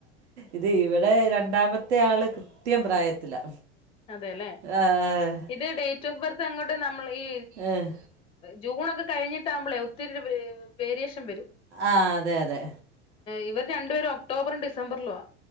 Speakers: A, on the right (about 80°); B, on the left (about 15°).
A: ഇത് ഇവിടെ രണ്ടാമത്തെ ആള് കൃത്യം പ്രായത്തിലാ
B: അതെല്ലേ
A: ഏഹ്,
B: ഇത് ഡേറ്റ് ഓഫ് ബർത്ത് അങ്ങോട്ട് നമ്മൾ ഈ
A: ഏഹ്,
B: ജൂണൊക്കെ കഴിഞ്ഞിട്ടാകുമ്പോളേ ഒത്തിരി വേരിയേഷൻ
A: ആഹ് അതെ അതെ
B: ഇവര് രണ്ടുപേരും ഒക്ടോബറും ഡിസംബറിലും ആഹ്